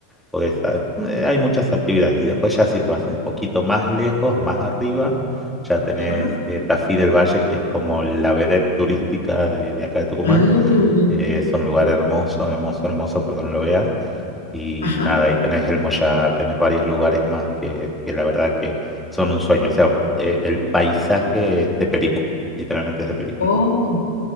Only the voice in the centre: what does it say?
porque sa- eh, hay muchas actividades. Y después ya si te vas un poquito más lejos, más arriba, ya tenés
eh, Tafí del Valle, que es como la vedette turística de, de acá de Tucumán.
Eh, es un lugar hermoso, hermoso, hermoso, por donde lo veas. Y
nada, ahí tenés El Mollar, tenés varios lugares más que, que la verdad que son un sueño. O sea, eh, el paisaje es de película, literalmente es de película.